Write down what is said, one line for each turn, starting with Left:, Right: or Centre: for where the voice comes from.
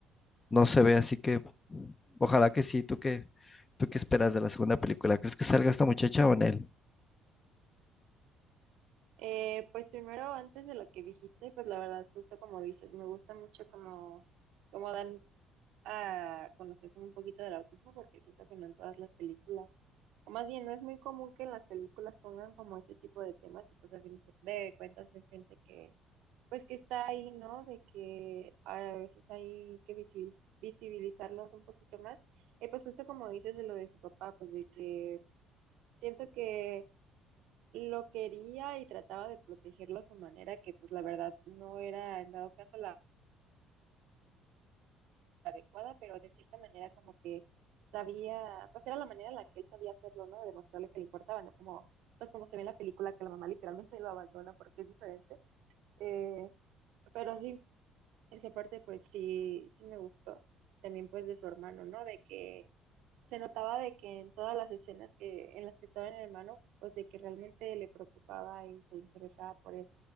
Left: no se ve, así que ojalá que sí, ¿tú qué, tú qué esperas de la segunda película? ¿Crees que salga esta muchacha o en él?
Right: Eh, pues primero, antes de lo que dijiste, pues la verdad, justo como dices, me gusta mucho como, como dan a conocer como un poquito del autismo porque siento que no en todas las películas, o más bien no es muy común que en las películas pongan como ese tipo de temas y pues a fin de cuentas es gente que pues que está ahí, ¿no? De que a veces hay que visibiliz- visibilizarlos un poquito más. Y pues justo como dices de lo de su papá, pues de que siento que lo quería y trataba de protegerlo a su manera, que pues la verdad no era en dado caso la adecuada, pero de cierta manera como que sabía, pues era la manera en la que él sabía hacerlo, ¿no? De demostrarle que le importaba, ¿no? Como, pues como se ve en la película que la mamá literalmente lo abandona porque es diferente. Eh, pero sí, Esa parte pues sí, sí me gustó. También pues de su hermano, ¿no? De que se notaba de que en todas las escenas que, en las que estaba el hermano, pues de que realmente le preocupaba y se interesaba por él.